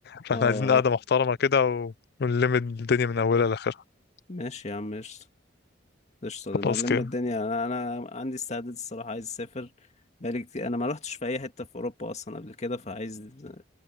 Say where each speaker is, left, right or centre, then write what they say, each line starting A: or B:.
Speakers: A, on the left (about 60°); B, on the left (about 40°).
A: فاحنا
B: اه
A: عايزين قعدة محترمة كده و- ونلم الدنيا من أولها لآخرها
B: ماشي يا عم ماشي قشطة
A: خلاص
B: انا لما
A: كده
B: الدنيا انا انا عندي استعداد الصراحة عايز اسافر بقالي كتير انا ما رحتش في اي حتة في اوروبا اصلا قبل كده فعايز